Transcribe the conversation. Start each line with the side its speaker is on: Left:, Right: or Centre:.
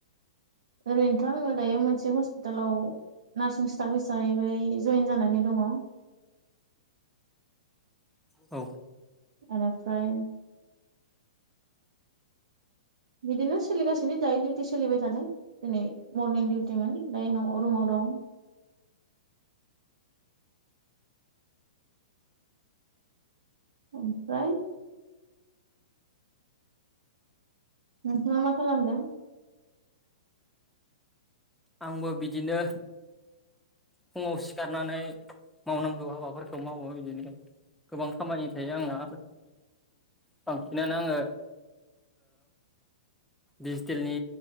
Right: ओरैनोथ' आङो दायो मोनसे हस्पितालाव नार्सिं स्टाफ हिसाबै जयेन जानानै दङ।
Centre: औ
Right: आरो फ्राय बिदिनो सोलिगासिनो दायो डिउटि सोलिबाय थादों दिनै मरनिं डिउटिमोन दायो न' रुमाव दं। ओमफ्राय नोंथाङा मा खालामदों?
Centre: आंबो बिदिनो फुङाव सिखारनानै मावनांगौ हाबाफोरखौ मावो बिदिनो गोबां खामानि थायो आंना बांसिनानो आङो डिजिटेलनि